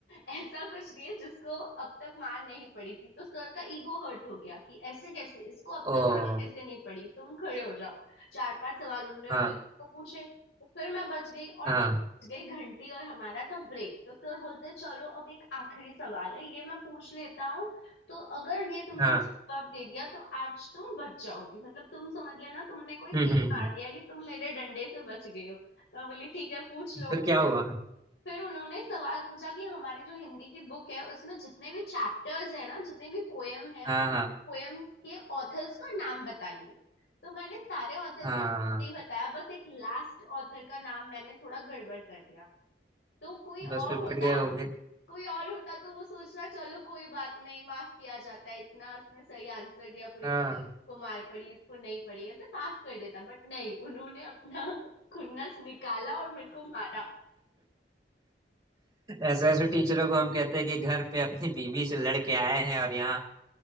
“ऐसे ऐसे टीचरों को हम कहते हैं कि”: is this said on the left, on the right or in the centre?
Right